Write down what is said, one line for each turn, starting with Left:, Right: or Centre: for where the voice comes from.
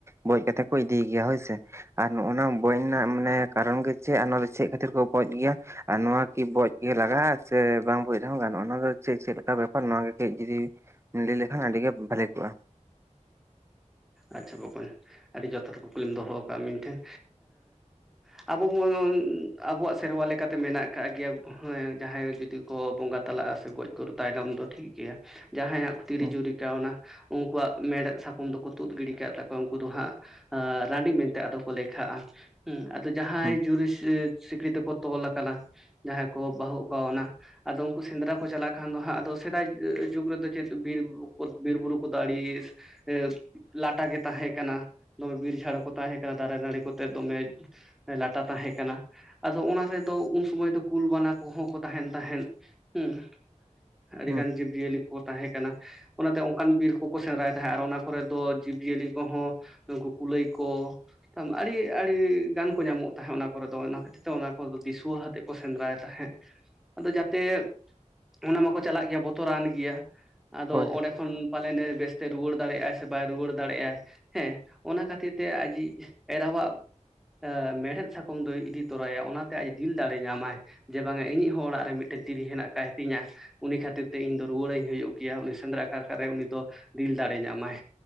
Right: ᱵᱚᱡ ᱠᱟᱛᱮᱫ ᱠᱚ ᱤᱫᱤᱭ ᱜᱮᱭᱟ ᱦᱳᱭᱥᱮ᱾ ᱟᱨ ᱱᱚᱜ ᱱᱚᱶᱟ ᱵᱚᱡ ᱨᱮᱱᱟᱜ ᱢᱟᱱᱮ ᱠᱟᱨᱚᱱ ᱜᱮ ᱪᱮᱫ ᱟᱨ ᱱᱚᱣᱟ ᱪᱮᱫ ᱠᱷᱟᱹᱛᱤᱨ ᱠᱚ ᱵᱚᱡ ᱜᱮᱭᱟ? ᱟᱨ ᱱᱚᱣᱟ ᱠᱤ ᱵᱚᱡ ᱜᱮ ᱞᱟᱜᱟᱜᱼᱟ ᱥᱮ ᱵᱟᱝ ᱵᱚᱡ ᱨᱮᱦᱚᱸ ᱜᱟᱱᱚᱜᱼᱟ ᱚᱱᱟ ᱫᱚ ᱪᱮᱫ ᱪᱮᱫ ᱞᱮᱠᱟ ᱵᱮᱯᱟᱨ ᱱᱚᱣᱟ ᱜᱮ ᱠᱟᱹᱴᱤᱡ ᱡᱩᱫᱤ ᱞᱟᱹᱭ ᱞᱮᱠᱷᱟᱱ ᱟᱹᱰᱤᱜ ᱜᱮ ᱵᱷᱟᱞᱮ ᱠᱚᱜᱼᱟ᱾
Centre: ᱟᱪᱪᱷᱟ ᱵᱚᱠᱚᱧ ᱟᱹᱰᱤ ᱡᱚᱛᱷᱟᱛ ᱠᱩᱯᱞᱤᱢ ᱫᱚᱦᱚ ᱟᱠᱟᱫᱼᱟ ᱤᱧ ᱴᱷᱮᱱ᱾ ᱟᱵᱚ ᱵᱚᱱ ᱟᱵᱚᱣᱟᱜ ᱥᱮᱨᱣᱟ ᱞᱮᱠᱟᱛᱮ ᱢᱮᱱᱟᱜ ᱟᱠᱟᱫ ᱜᱮᱭᱟ ᱦᱮᱸ ᱡᱟᱦᱟᱸᱭ ᱡᱩᱫᱤ ᱠᱚ ᱵᱚᱸᱜᱟ ᱛᱟᱞᱟᱜᱼᱟ ᱥᱮ ᱜᱚᱡ ᱜᱩᱨᱩ ᱛᱟᱭᱱᱚᱢ ᱫᱚ ᱴᱷᱤᱠ ᱜᱮᱭᱟ᱾ ᱡᱟᱦᱟᱸᱭᱟᱜ ᱛᱤᱨᱤ
Right: ᱦᱩᱸ
Centre: ᱡᱩᱨᱤ ᱠᱟᱣᱱᱟ ᱩᱱᱠᱩᱣᱟᱜ ᱢᱮᱲᱮᱫ ᱥᱟᱠᱚᱢ ᱫᱚ ᱛᱩᱫ ᱜᱤᱰᱤ ᱠᱟᱜ ᱛᱟᱠᱚᱣᱟ ᱩᱱᱠᱩ ᱫᱚ ᱦᱟᱸᱜ ᱨᱟᱺᱰᱤ ᱢᱮᱱᱛᱮ ᱟᱫᱚ ᱠᱚ ᱞᱮᱠᱷᱟᱜᱼᱟ᱾ ᱦᱮᱸ ᱟᱫᱚ ᱡᱟᱦᱟᱸᱭ
Right: ᱦᱩᱸ
Centre: ᱡᱩᱨᱤ ᱥᱤᱠᱲᱤ ᱛᱮᱠᱚ ᱛᱚᱞ ᱟᱠᱟᱱᱟ ᱡᱟᱦᱟᱸᱭ ᱠᱚ ᱵᱟᱦᱩᱜ ᱟᱠᱟᱣᱱᱟ᱾ ᱟᱫᱚ ᱩᱱᱠᱩ ᱥᱮᱸᱫᱽᱨᱟ ᱠᱚ ᱪᱟᱞᱟᱜ ᱠᱷᱟᱱ ᱫᱚ ᱦᱟᱸᱜ ᱥᱮᱫᱟᱭ ᱡᱩᱜ ᱨᱮᱫᱚ ᱪᱮᱫ ᱵᱤᱨᱵᱩᱨᱩ ᱠᱚ ᱫᱟᱲᱮ ᱮ ᱞᱟᱴᱟ ᱜᱮ ᱛᱟᱦᱮᱸ ᱠᱟᱱᱟ ᱫᱚᱢᱮ ᱵᱤᱨ ᱡᱷᱟᱲ ᱠᱚ ᱛᱟᱦᱮᱸᱠᱟᱱᱟ ᱫᱟᱨᱮ ᱱᱟᱹᱲᱤ ᱠᱚᱛᱮ ᱫᱚᱢᱮ ᱞᱟᱴᱟ ᱛᱟᱦᱮᱸ ᱠᱟᱱᱟ ᱟᱫᱚ ᱚᱱᱟ ᱨᱮᱫᱚ ᱩᱱ ᱥᱚᱢᱚᱭ ᱫᱚ ᱠᱩᱞ ᱵᱟᱱᱟ ᱠᱚᱦᱚᱸ ᱠᱚ ᱛᱟᱦᱮᱱ ᱛᱟᱦᱮᱸᱫ᱾ ᱦᱩᱸ᱾ ᱟᱹᱰᱤ
Right: ᱦᱩᱸ
Centre: ᱜᱟᱱ ᱡᱤᱵᱼᱡᱤᱭᱟᱹᱞᱤ ᱠᱚ ᱛᱟᱦᱮᱸᱠᱟᱱᱟ ᱚᱱᱟᱛᱮ ᱚᱱᱠᱟᱱ ᱵᱤᱨ ᱠᱚ ᱠᱚ ᱥᱮᱸᱫᱽᱨᱟᱭ ᱛᱟᱦᱮᱸᱫ ᱟᱨ ᱚᱱᱟ ᱠᱚᱨᱮ ᱫᱚ ᱡᱤᱵᱽ ᱡᱤᱭᱟᱹᱞᱤ ᱠᱚᱦᱚᱸ ᱱᱩᱠᱩ ᱠᱩᱞᱟᱹᱭ ᱠᱚ ᱛᱚ ᱟᱹᱰᱤ ᱟᱹᱰᱤ ᱜᱟᱱ ᱠᱚ ᱧᱟᱢᱚᱜ ᱛᱟᱦᱮᱸᱫ ᱚᱱᱟ ᱠᱚᱨᱮ ᱫᱚ ᱚᱱᱟ ᱠᱷᱟᱹ ᱛᱚ ᱚᱱᱟ ᱠᱚ ᱫᱤᱥᱩᱣᱟᱹ ᱟᱛᱮᱫ ᱠᱚ ᱥᱮᱸᱫᱽᱨᱟᱭ ᱛᱟᱦᱮᱸᱫ ᱟᱫᱚ ᱡᱟᱛᱮ ᱚᱱᱟ ᱢᱟᱠᱚ ᱪᱟᱞᱟᱜ ᱜᱮᱭᱟ ᱵᱚᱛᱚᱨᱟᱱ ᱜᱮᱭᱟ ᱟᱫᱚ
Right: ᱦᱳᱭ
Centre: ᱚᱸᱰᱮ ᱠᱷᱚᱱ ᱯᱟᱞᱮᱱ ᱵᱮᱥᱛᱮ ᱨᱩᱣᱟᱹᱲ ᱫᱟᱲᱮᱭᱟᱜᱼᱟᱭ ᱥᱮ ᱵᱟᱭ ᱨᱩᱣᱟᱹᱲ ᱫᱟᱲᱮᱭᱟᱜ ᱟᱭ ᱦᱮᱸ ᱚᱱᱟ ᱠᱷᱟᱹᱛᱤᱨ ᱛᱮ ᱟᱡᱤᱡ ᱮᱨᱟᱣᱟᱜ ᱮ ᱢᱮᱲᱦᱮᱫ ᱥᱟᱠᱟᱚᱢ ᱫᱚᱭ ᱤᱫᱤ ᱛᱚᱨᱟᱭᱟ ᱚᱱᱟᱛᱮ ᱟᱡ ᱫᱤᱞ ᱫᱟᱲᱮ ᱧᱟᱢᱟᱭ᱾ ᱡᱮ ᱵᱟᱝᱼᱟ ᱤᱧᱤᱡ ᱦᱚᱸ ᱚᱲᱟᱜ ᱨᱮ ᱢᱤᱫᱴᱮᱱ ᱛᱤᱨᱤ ᱦᱮᱱᱟᱜ ᱠᱟᱭ ᱛᱤᱧᱟ᱾ ᱩᱱᱤ ᱠᱷᱟᱹᱛᱤᱨ ᱛᱮ ᱤᱧ ᱫᱚ ᱨᱩᱣᱟᱹᱲᱤᱧ ᱦᱩᱭᱩᱜ ᱜᱮᱭᱟ, ᱩᱱᱤ ᱥᱮᱸᱫᱽᱨᱟ ᱠᱟᱨ ᱠᱟᱨᱮ ᱩᱱᱤ ᱫᱚ ᱫᱤᱞ ᱫᱟᱲᱮ ᱧᱟᱢᱟᱭ᱾